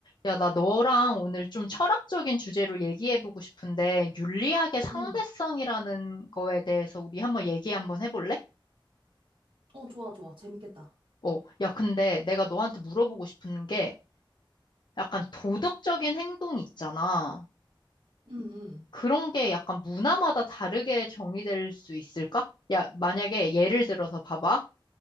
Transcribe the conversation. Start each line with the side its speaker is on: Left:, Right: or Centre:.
Left: 야, 나 너랑 오늘 좀 철학적인 주제로 얘기해보고 싶은데, 윤리학의 상대성이라는
Right: 응.
Left: 거에 대해서 우리 한번 얘기 한번 해볼래?
Right: 어, 좋아, 좋아. 재밌겠다.
Left: 어, 야, 근데 내가 너한테 물어보고 싶은 게, 약간 도덕적인 행동 있잖아.
Right: 응, 응,
Left: 그런 게 약간 문화마다 다르게 정의될 수 있을까? 야, 만약에 예를 들어서 봐봐.